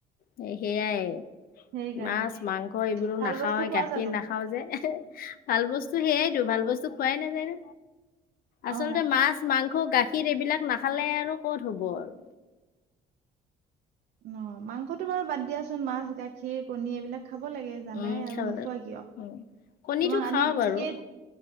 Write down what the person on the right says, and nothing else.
সেইকাৰণে
ভাল
বস্তু খোৱা
জানো
অ
অ মাংসটো বাৰু বাদ দিয়াচোন। মাছ, গাখীৰ, কণী এইবিলাক খাব লাগে, জানাই
আৰু নোখোৱা
কিয়?
তোমাক
আনি
ঠিকেই